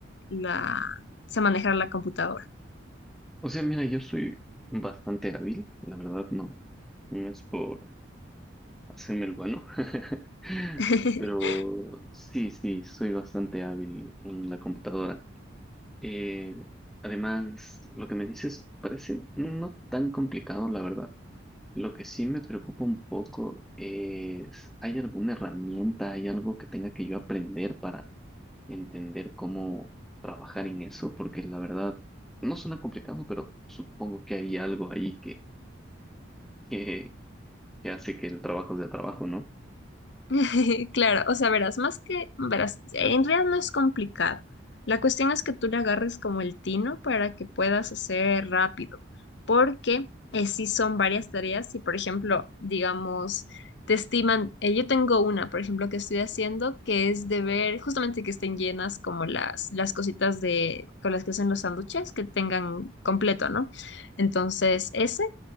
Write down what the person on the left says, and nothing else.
la, o sea, manejar la computadora?
<laughs>
<laughs> Claro, o sea, verás, más que, verás, en realidad no es complicado. La cuestión es que tú le agarres como el tino para que puedas hacer rápido, porque si sí son varias tareas. Si, por ejemplo, digamos, te estiman, eh, yo tengo una, por ejemplo, que estoy haciendo, que es de ver justamente que estén llenas como las, las cositas de, con las que hacen los sándwiches, que tengan completo, ¿no? Entonces, ese